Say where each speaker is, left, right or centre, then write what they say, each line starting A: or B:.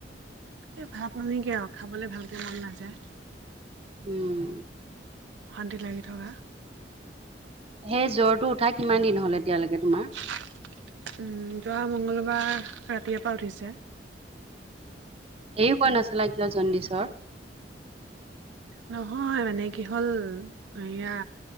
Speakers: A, on the right; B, on the right.
A: এই ভাত মানে কি আৰু খাবলে ভালকে মন নাযায়।
B: উম।
A: শান্তিত লাগি থকা।
B: সেই জ্বৰটো উঠা কিমান দিন হ'ল এতিয়ালৈকে তোমাৰ?
A: উম, যোৱা মংগলবাৰে ৰাতিয়পা উঠিছে।
B: হেৰিও কৈ নাছালা কিয় জণ্ডিছৰ?
A: নহয় মানে কি হ'ল হেইয়া